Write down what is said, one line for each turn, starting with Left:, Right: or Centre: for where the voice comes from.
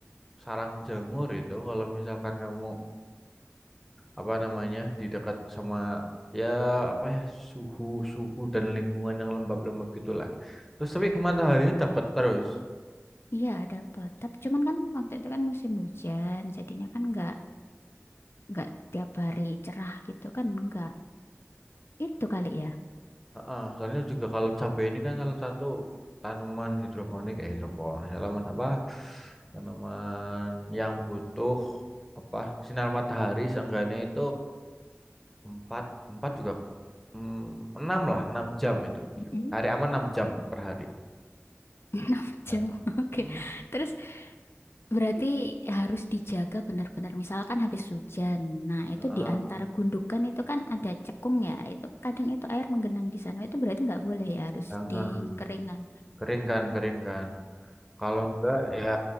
Centre: sarang jamur itu kalau misalkan kamu apa namanya di dekat sama ya apa ya suhu suhu dan lingkungan yang lembab-lembab gitulah. Terus tapi ke mataharinya dapat terus.
Left: Iya, ada Tapi cuman kan waktu itu kan musim hujan, jadinya kan nggak nggak tiap hari cerah gitu kan nggak. Itu kali ya.
Centre: Heeh, soalnya juga kalau cabai ini kan salah satu tanaman hidroponik, eh hidroponik, tanaman apa? Tanaman yang butuh apa? Sinar matahari seenggaknya itu 4 4 juga mm, 6 lah, 6 jam itu.
Left: Mm-mm.
Centre: Hari aman 6 jam per hari. 6
Left: <laughs>
Centre: jam.
Left: Jauh. Oke.
Centre: Hmm.
Left: Terus Berarti harus dijaga benar-benar. Misalkan habis hujan. Nah, itu
Centre: Heeh,
Left: di antara gundukan itu kan ada cekung ya. Itu kadang itu air menggenang di sana. Itu berarti nggak boleh ya, harus
Centre: jangan
Left: dikeringan.
Centre: kering kan, kering kan. Kalau enggak ya